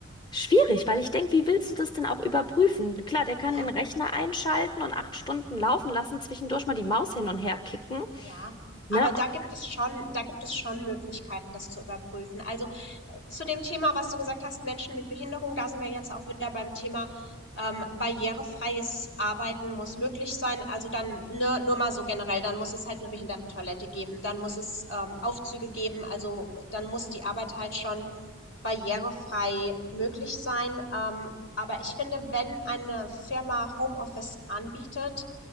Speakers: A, on the left; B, on the left.
A: schwierig, weil ich denke, wie willst
B: ja,
A: du das denn auch überprüfen? Klar, der kann
B: ja.
A: den Rechner einschalten und acht Stunden laufen lassen, zwischendurch mal die Maus hin und her kicken,
B: Ja,
A: ne?
B: aber da gibt es schon da gibt es schon Möglichkeiten, das zu überprüfen. Also, äh, zu dem Thema, was du gesagt hast, Menschen mit Behinderung, da sind wir jetzt auch wieder beim Thema, ähm, barrierefreies Arbeiten muss möglich sein. Also dann, ne, nur mal so generell, dann muss es halt 'ne Behindertentoilette geben, dann muss es, ähm, Aufzüge geben, also dann muss die Arbeit halt schon barrierefrei möglich sein. Ähm, aber ich finde, wenn eine Firma Homeoffice anbietet,